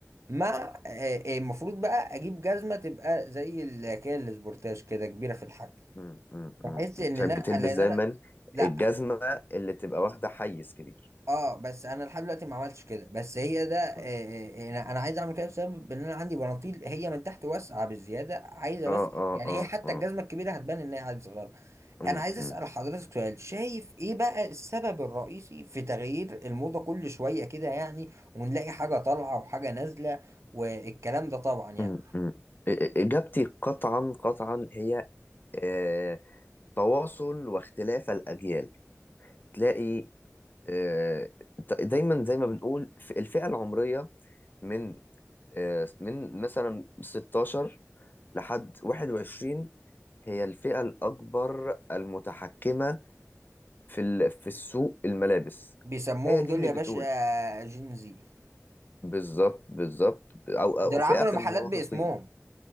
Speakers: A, on the right; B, on the left.
A: مع آه، آه، المفروض بقى أجيب جزمة تبقى زي الحكاية السبورتاج كده كبيرة في الحجم
B: مم. مم.
A: بحس
B: مم.
A: إن
B: تحب
A: أنا
B: تلبس
A: لأن
B: دايما
A: أنا لا
B: الجزمة اللي تبقى واخدة حيز كبير
A: اه بس انا لحد دلوقتي ما عملتش كده بس هي ده آه،
B: مم.
A: آه، آه، انا أنا عايز اعمل كده بسبب ان انا عندي بناطيل هي من تحت واسعه بالزياده عايزه
B: اه
A: بس
B: اه
A: يعني
B: اه
A: هي حتى
B: اه
A: الجزمه الكبيره هتبان ان هي عادي صغيره
B: مم.
A: انا عايز
B: مم.
A: اسال حضرتك سؤال شايف ايه بقى السبب الرئيسي في تغيير الموضه كل شويه كده يعني ونلاقي حاجه طالعه وحاجه نازله والكلام ده طبعا يعني
B: مم. مم. إ- إ- إجابتي قطعا قطعا هي آه تواصل واختلاف الأجيال تلاقي آه، د- دايما زي ما بنقول في الفئة العمرية من آه، من مثلا 16 لحد 21 هي الفئة الأكبر المتحكمة في ال- في السوق الملابس
A: بيسموهم
B: هي دي
A: دول
B: اللي
A: يا
B: بتقول
A: باشا جينزي
B: بالظبط بالظبط أو أو
A: دول
B: فئة
A: عملوا محلات
B: المراهقين
A: باسمهم